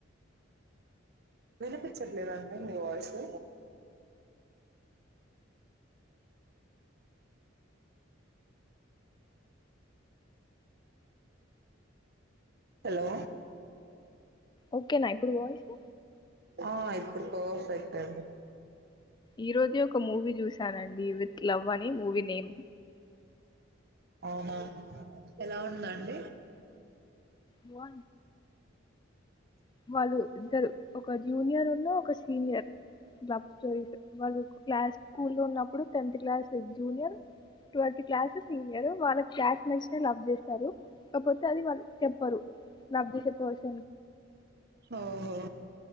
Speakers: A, on the right; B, on the left.
A: వినిపించట్లేదండి మీ వాయిసు హలో
B: ఓకే ఒకేనాయి ఎప్పుడూ వాయిస్
A: ఆ ఇప్పుడు పర్ఫెక్ట్ అది
B: ఈ రోజే ఒక ఒక మూవీ చూసానండి విత్ లవ్ అని మూవీ నేమ్
A: అవునా ఎలా ఉందండి
B: పో వాళ్ళు ఇద్దరు ఒక జూనియర్ ఉన్న ఒక సీనియర్ లవ్ స్టోరీస్ వాళ్ళు క్లాస్ స్కూల్ ఉన్నప్పుడు tenth class junior twelve class senior వాళ్ళ క్లాస్ మేట్స్ లవ్ చేస్తారు కాకపోతే అది వాళ్ళ చెప్పరు లబ్ధ చెప్పవస
A: ఓహో